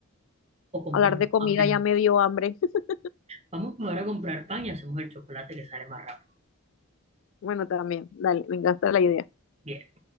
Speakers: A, on the right; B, on the left.
A: o compramos
B: Hablar de comida
A: pan mejor.
B: ya me dio hambre. <laughs>
A: Vamos ahora a comprar pan y hacemos el chocolate que sale más rápido.
B: Bueno, también, dale, me encanta la idea.
A: Bien.